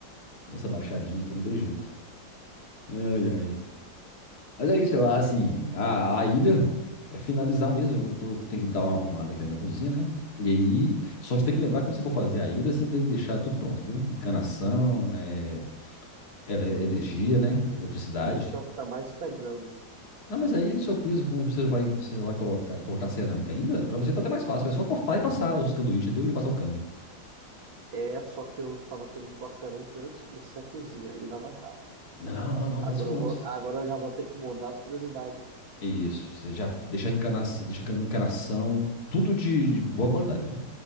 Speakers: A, on the left (about 55°); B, on the right (about 85°).
A: Essa baixadinha aqui não tem jeito. Ai, ai. Mas é isso, eu- assim, a, a ilha é finalizar mesmo. Eu tô- tenho que dar uma arrumada aqui na minha cozinha, né? E aí, só que você tem que lembrar que quando você for fazer a ilha, você tem que deixar tudo pronto, viu? Encanação, é, ele- energia,
B: Sim.
A: né? Eletricidade.
B: Isso é o que tá mais pegando.
A: Não, mas aí no seu piso, como você vai, você vai colocar, colocar cerâmica ainda, pra você tá até mais fácil. É só cortar e passar os sanduíches, entendeu? E passar o cano.
B: É, só que eu tava querendo pôr a cerâmica antes de crescer a cozinha. Aí dava errado.
A: Não, não, não,
B: Agora
A: faz isso
B: eu
A: não.
B: vou, agora eu já vou ter que mudar as prioridades
A: Isso, você já f- deixa encanação, deixa cana- encanação, tudo de de boa qualidade, viu?